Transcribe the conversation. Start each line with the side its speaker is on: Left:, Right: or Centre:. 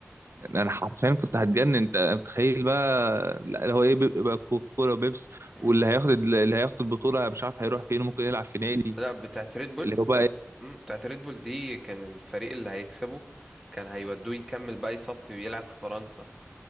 Right: انا حرفيا كنت هتجنن انت متخيل بقى لا هو ايه بيبقى كولا وبيبس
Centre: مم.
Right: واللي هياخد اللي هياخد البطوله مش عارف هيروح فين ممكن يلعب في نادي
Centre: لا بتاعت ريد بول
Right: اللي
Centre: بتاعت
Right: هو بقى ايه
Centre: مم، بتاعت ريد بول دي كان الفريق اللي هيكسبه كان هيودوه يكمل بقى يصفي ويلعب في فرنسا